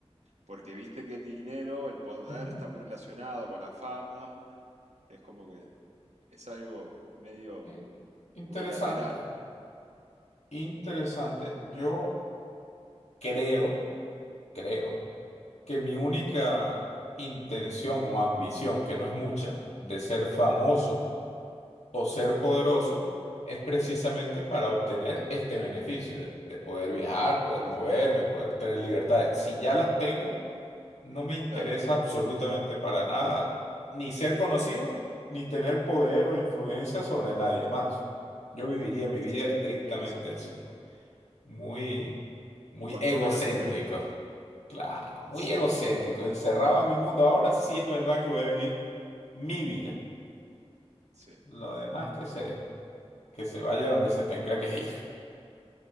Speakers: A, on the right; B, on the left.
A: Porque viste que el dinero, el poder
B: Ujú.
A: está muy relacionado con la fama. Es como que es algo medio
B: Eh, interesante,
A: unilateral.
B: interesante. Yo creo, creo que mi única intención o ambición, que no es mucha, de ser famoso o ser poderoso, es precisamente para obtener este beneficio de, de poder viajar, poder
A: <laughs>
B: moverme, poder tener libertades. Si ya las tengo, No me interesa
A: Claro,
B: absolutamente para nada ni ser conocido, ni tener poder o influencia sobre nadie más. Yo viviría mi
A: sí,
B: vida estrictamente
A: pienso lo
B: así,
A: mismo.
B: muy, muy
A: Y cuanto
B: egocéntrico.
A: menos se enteren, mejor.
B: Claro, muy
A: Sí,
B: egocéntrico, encerrado en mi mundo. Ahora sí es verdad que voy a vivir mi vida.
A: sí,
B: Lo demás que se, que se vaya donde se tenga que ir. <laughs>